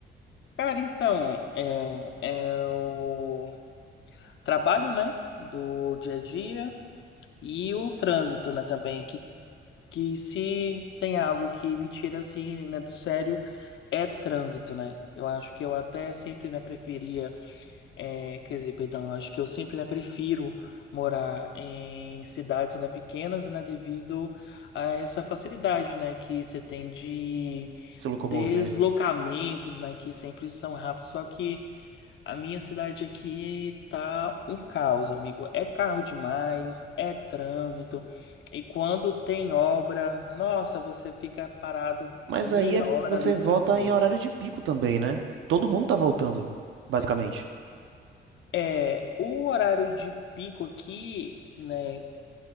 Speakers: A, on the left; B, on the right.
A: cara, então, é, é o trabalho, né, do dia a dia e o trânsito, né, também, que, que se tem algo que me tira, assim, né, do sério, é trânsito, né? Eu acho que eu até sempre, né, preferia É, quer dizer, perdão, eu acho que eu sempre, né, prefiro morar em cidades, né, pequenas, né, devido a essa facilidade, né, que você tem de
B: Se locomover.
A: deslocamentos, né, que sempre são rápidos, só que a minha cidade aqui tá um caos, amigo. É carro demais, é trânsito, e quando tem obra, nossa, você fica parado
B: Mas
A: meia
B: aí é-
A: hora
B: você
A: ali tranquilo.
B: volta em horário de pico também, né? Todo mundo tá voltando, basicamente.
A: É, o horário de pico aqui, né?